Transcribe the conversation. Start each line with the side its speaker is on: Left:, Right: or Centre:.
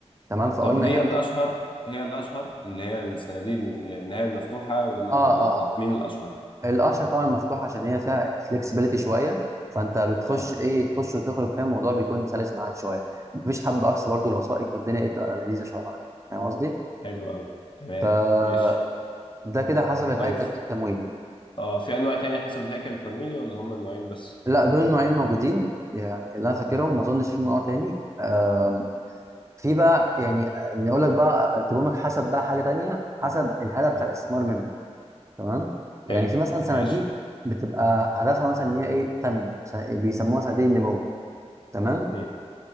Right: تمام فقلنا
Left: طب هي
Right: عندك
Left: الأشهر هي الأشهر اللي هي الصناديق اللي هي المفتوحة ولا
Right: اه
Left: المغلقة؟
Right: اه
Left: مين الأشهر؟
Right: الاشهر طبعا مفتوح عشان هي فيها فلكسبيليتي شويه فانت بتخش
Left: اه
Right: ايه تخش وتخرج فاهم الموضوع بيكون سلس معاك شويه مفيش حد اقصى برضو الوثائق والدنيا ايه تبقى لذيذه شويه معاك فاهم قصدي
Left: حلو أوي تمام
Right: فده
Left: ماشي
Right: كده حسب الهيكل
Left: طيب
Right: إيه التمويلي
Left: اه في أنواع تانية حسب الهيكل التمويلي ولا هما النوعين بس؟
Right: لا دول النوعين الموجودين يعني اللي انا فاكرهم ما اظنش في نوع تاني آم، في بقى يعني يعني اقول لك بقى ارتبهم لك حسب بقى حاجه تانيه حسب الهدف
Left: مم.
Right: بتاع الاستثمار منهم تمام يعني
Left: حلو
Right: في مثلا صناديق
Left: ماشي
Right: بتبقى هدفها مثلا ان هي ايه تنمو س- بيسموها صناديق النمو تمام
Left: مم.